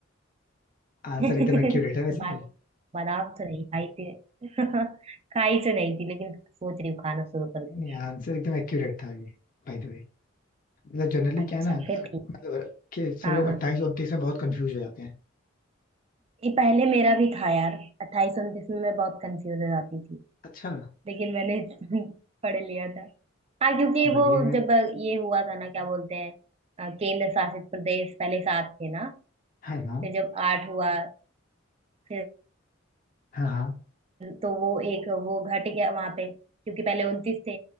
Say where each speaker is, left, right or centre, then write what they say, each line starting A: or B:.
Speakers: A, on the left; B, on the right.
A: आंसर
B: <laughs>
A: एकदम एक्यूरेट है वैसे
B: बाद
A: ये
B: बादाम तो नहीं खाई थी <laughs> खाई तो नहीं थी लेकिन सोच रही हूँ खाना शुरू कर दूँ
A: नहीं आंसर एकदम एक्यूरेट था ये बाय द वे मतलब जनरली
B: अच्छा
A: क्या है ना
B: फिर
A: मतलब
B: ठीक
A: कि सब
B: हाँ
A: लोग
B: हाँ
A: अट्ठाईस उनतीस में बहुत कंफ्यूज हो जाते हैं
B: ये पहले मेरा भी था यार अट्ठाईस उनतीस में मैं बहुत कंफ्यूज हो जाती थी
A: अच्छा
B: लेकिन मैंने <laughs> पढ़ लिया था हाँ क्योंकि
A: बढ़िया
B: वो
A: यार
B: जब ये हुआ था ना क्या बोलते हैं अ, केंद्र शासित प्रदेश पहले सात थे ना
A: हाँ
B: फिर
A: हाँ
B: जब आठ हुआ फिर
A: हाँ हाँ
B: तो वो एक वो घट गया वहां पे क्योंकि पहले उनतीस थे